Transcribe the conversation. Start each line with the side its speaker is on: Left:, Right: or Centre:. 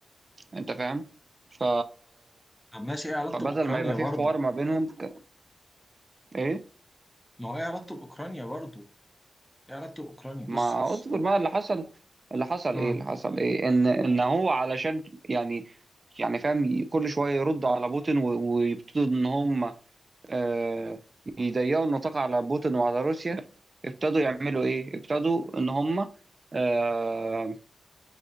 Right: انت فاهم ف
Centre: طب ماشي ايه علاقته
Right: فبدل
Centre: باوكرانيا
Right: ما يبقى في
Centre: برضو
Right: حوار ما بينهم ك... ايه
Centre: ما هو ايه علاقته باوكرانيا برضو ايه علاقته باوكرانيا بص
Right: ما اصبر بقى اللي حصل اللي حصل
Centre: امم
Right: ايه اللي حصل ايه ان ان هو علشان يعني يعني فاهم كل شويه يرد على بوتين و- ويبتدوا ان هم آه، يضيقوا النطاق على بوتين وعلى روسيا ابتدوا يعملوا ايه ابتدوا ان هم آه،